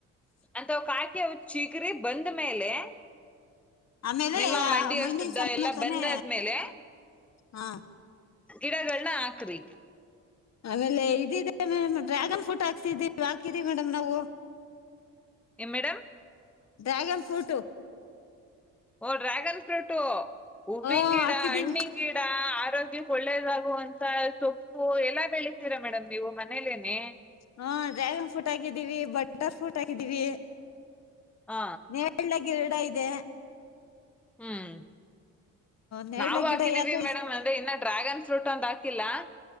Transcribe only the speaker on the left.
ಆಮೇಲೆ
ಮಣ್ಣಿನ
ಸಮೇತಾನೇ
ಹಾ.
ಆಮೇಲೆ ಇದಿದೆ ಮ್ ಡ್ರ್ಯಾಗನ್ ಫ್ರೂಟ್ ಹಾಕ್ಸಿದೀವಿ ಹಾಕಿರಿ ಮೇಡಮ್ ನಾವು.
Dragon fruit.
ಹಾ
ಹಾಕಿದೀವಿ
ಹಾ ಡ್ರ್ಯಾಗನ್ ಫ್ರೂಟ್ ಆಗಿದ್ದೀವಿ ಬಟರ್ ಫ್ರೂಟ್ ಆಗಿದ್ದೀವಿ.
ಮೇ <inaudible> ಈ ಎರಡ ಇದೆ <inaudible>
ನೇರಳೆ
ಗಿಡ
ಯಾಕೋ
ಇಸ್